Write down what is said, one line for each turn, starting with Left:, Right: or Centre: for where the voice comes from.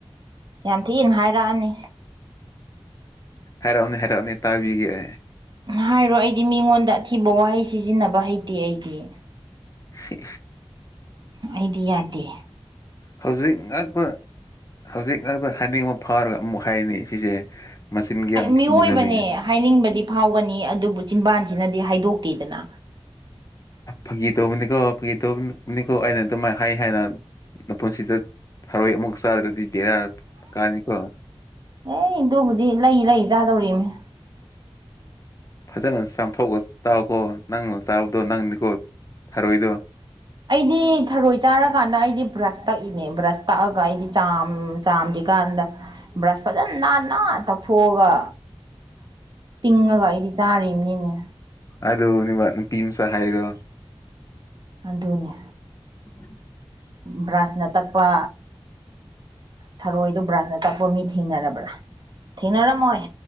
Right: ꯌꯥꯝ ꯊꯤꯅ ꯍꯥꯏꯔꯛꯑꯅꯤ
Left: ꯍꯥꯏꯔꯛꯅꯦ ꯍꯥꯏꯔꯛꯑꯣꯅꯦ ꯇꯥꯕꯤꯒ
Right: ꯍꯥꯏꯔꯣ ꯑꯩꯗꯤ ꯃꯤꯉꯣꯟꯗ ꯑꯊꯤꯕ ꯋꯥꯍꯩ ꯁꯤꯖꯤꯟꯅꯕ ꯍꯩꯇꯦ ꯑꯩꯗꯤ
Left: ꯍ
Right: ꯑꯩꯗꯤ ꯌꯥꯗꯦ
Left: ꯍꯧꯖꯤꯛ ꯉꯥꯛꯇ ꯍꯧꯖꯤꯛ ꯉꯥꯛꯇ ꯍꯥꯏꯅꯤꯡꯕ ꯐꯥꯎꯔꯒ ꯑꯃꯨꯛ ꯍꯥꯏꯅꯤ ꯁꯤꯁꯦ ꯃꯆꯤꯟꯒ ꯌꯥꯝ
Right: ꯃꯤꯑꯣꯏꯕꯅꯦ
Left: ꯊꯤꯕꯅꯦ
Right: ꯍꯥꯏꯅꯤꯡꯕꯗꯤ ꯐꯥꯎꯒꯅꯤ ꯑꯗꯨꯕꯨ ꯆꯤꯟꯕꯥꯟꯁꯤꯅꯗꯤ ꯍꯥꯏꯗꯣꯛꯇꯦꯗꯅ
Left: ꯐꯥꯒꯤ ꯇꯧꯕꯅꯤꯀꯣ ꯐꯥꯒꯤ ꯇꯧꯕꯅꯤꯀꯣ ꯑꯩꯅ ꯑꯗꯨꯃꯥꯏꯅ ꯍꯥꯏ ꯍꯥꯏꯅ ꯃꯄꯨꯟꯁꯤꯗ ꯊꯔꯣꯏ ꯑꯃꯨꯛ ꯆꯥꯗ꯭ꯔꯗꯤ ꯕꯦꯔꯥ ꯀꯥꯅꯤꯀꯣ
Right: ꯑꯦ ꯑꯗꯨꯕꯨꯗꯤ ꯂꯩ ꯂꯩ ꯆꯥꯗꯧꯔꯤꯅꯦ ꯎꯝ
Left: ꯐꯖꯅ ꯆꯥꯝꯊꯣꯛꯑ ꯆꯥꯎꯀꯣ ꯅꯪꯅ ꯆꯥꯕꯗꯣ ꯅꯪꯅꯤꯀꯣ ꯊꯔꯣꯏꯗꯣ
Right: ꯑꯩꯗꯤ ꯊꯔꯣꯏ ꯆꯥꯔꯀꯥꯟꯗ ꯑꯩꯗꯤ ꯕ꯭ꯔꯁ ꯇꯛꯏꯅꯦ ꯕ꯭ꯔꯁ ꯇꯛꯑꯒ ꯑꯩꯗꯤ ꯆ ꯆꯥꯝꯗꯤ ꯀꯥꯟꯗ ꯕ꯭ꯔꯁ ꯐꯖꯅ ꯅꯥꯟꯅꯅꯥꯟꯅ ꯇꯛꯊꯣꯛꯑꯒ ꯇꯤꯡꯉꯒ ꯑꯩꯗꯤ ꯆꯥꯔꯤꯕꯅꯤꯅꯦ
Left: ꯑꯗꯨꯗꯕ ꯅꯨꯄꯤꯝ ꯁꯍꯥꯏꯗꯣ
Right: ꯑꯗꯨꯅꯤ
Left: ꯎ
Right: ꯕ꯭ꯔꯥꯁꯅ ꯇꯛꯄ ꯊꯔꯣꯏꯗꯣ ꯕ꯭ꯔꯥꯟꯖꯅ ꯇꯛꯄ ꯃꯤ ꯊꯦꯡꯅꯔꯕ꯭ꯔꯥ ꯊꯦꯡꯅꯔꯝꯃꯣꯏ